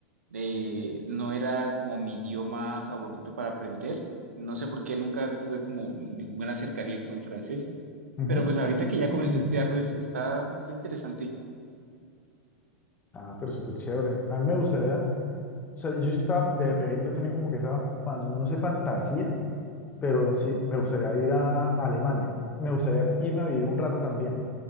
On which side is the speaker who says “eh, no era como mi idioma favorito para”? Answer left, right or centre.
Right